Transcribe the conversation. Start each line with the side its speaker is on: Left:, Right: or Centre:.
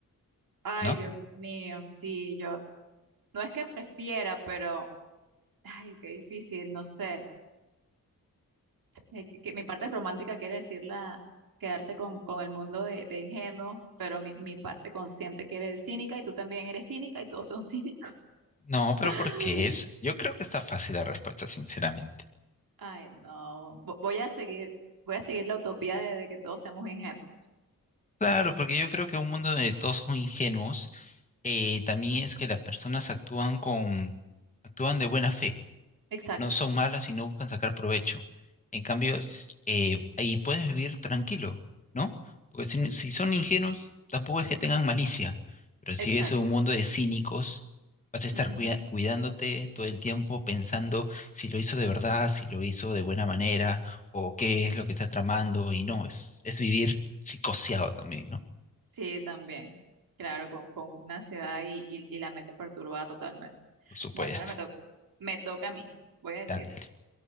Right: ay,
Left: ¿no?
Right: Dios mío, sí, yo. No es que prefiera, pero, ay, qué difícil, no sé. Eh, que- que mi parte romántica quiere decir la, quedarse con, con el mundo de, de ingenuos, pero mi, mi parte consciente quiere decir cínica y tú también eres cínica y todos son cínicos.
Left: No, pero
Right: <laughs>
Left: porque es? Yo creo que está fácil la respuesta, sinceramente.
Right: Ay, no. Vo- Voy a seguir, voy a seguir la utopía de, de que todos seamos ingenuos.
Left: Claro, porque yo creo que un mundo donde todos son ingenuos eh, también es que las personas actúan con, actúan de buena fe,
Right: Exacto,
Left: no son malas y no buscan sacar provecho. En cambio, s- eh, ahí puedes vivir tranquilo, ¿no? Porque si, si son ingenuos, tampoco es que tengan malicia, pero si
Right: exacto.
Left: es un mundo de cínicos, vas a estar
Right: Ujú.
Left: cuida- cuidándote todo el tiempo pensando si lo hizo de verdad, si lo hizo de buena manera, o qué es lo que está tramando, y no, es, es vivir psicoseado también, ¿no?
Right: Sí, también. Claro, con, con una ansiedad y, y, y la mente perturbada totalmente.
Left: Por supuesto.
Right: Bueno, ahora me toca, me toca a mí, voy a decir.
Left: Dale, dale.